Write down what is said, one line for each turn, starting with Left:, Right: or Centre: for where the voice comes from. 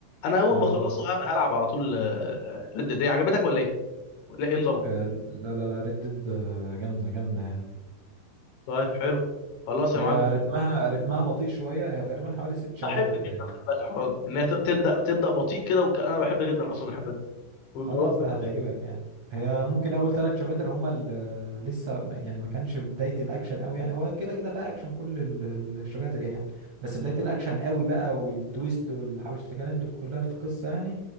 Left: انا اول
Right: اه
Left: ما اخلصه ه- هلعب على طول ريد ديد عجبتك ولا ايه لا ايه نظامها
Right: آه، لا لا لا ريد ديد جامده جامده يعني
Left: طيب حلو خلاص
Right: هي
Left: يا معلم
Right: رتمها
Left: ماشي.
Right: رتمها بطيء شويه هي تقريبا حوالي ست شباتر
Left: بحب جدا
Right: باين
Left: خلي بالك الحوار ده ان هي ت- تبدا تبدا بطيء كده وك... انا بحب جدا اصلا الحاجات دي ما-
Right: خلاص
Left: ما- ما-
Right: ده هتعجبك يعني هي ممكن اول ثلاث شباتر هما اللي لسه ما- يعني ما كانش بدايه الاكشن قوي يعني هو كده كده فيها اكشن كل ال- ال- الشباتر يعني بس بدايه الاكشن قوي بقى والتويست والحبشتكنات دي كلها اللي في القصه يعني